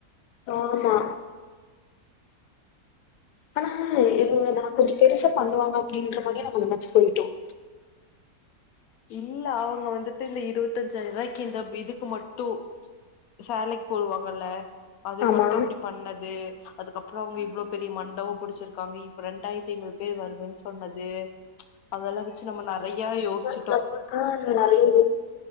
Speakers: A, on the left; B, on the left.
A: ஆமா ஆனா இது நா கொஞ்சோ பெருசா பண்ணுவாங்க அப்டின்ற மாறி நம்ம என்னாச்சு போயிட்டோம்
B: இல்ல அவுங்க வந்துட்டு இந்த இருவத்தஞ்சாயிரம் ரூபாய்க்கு இந்த இதுக்கு மட்டு சேலைக்கு போடுவாங்கல்ல அது
A: ஆமா
B: மட்டு இப்டி பண்ணது அதுக்கப்பறோ அவுங்க இவ்ளோ பெரிய மண்டபம் புடிச்சிருக்காங்க இப்ப ரெண்டாயிரத்தி ஐம்பது பேர் வருதுன்னு சொன்னது அதெல்லா வச்சு நம்ம நெறய யோசிச்
A: <unintelligible> ம் அந்த மாரி